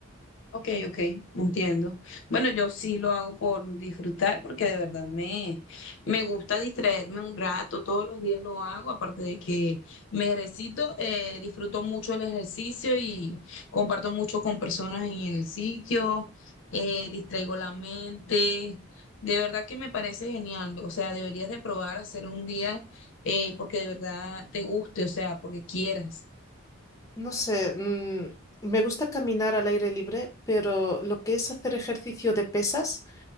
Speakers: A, on the left (about 65°); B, on the left (about 15°).
A: Ok, ok, entiendo. Bueno, yo sí lo hago por disfrutar porque de verdad me, me gusta distraerme un rato, todos los días lo hago, aparte de que me ejercito, eh, disfruto mucho el ejercicio y comparto mucho con personas en el sitio, eh, distraigo la mente, de verdad que me parece genial, o sea, deberías de probar hacer un día eh, porque de verdad te guste, o sea, porque quieras.
B: No sé, mm, me gusta caminar al aire libre, pero lo que es hacer ejercicio de pesas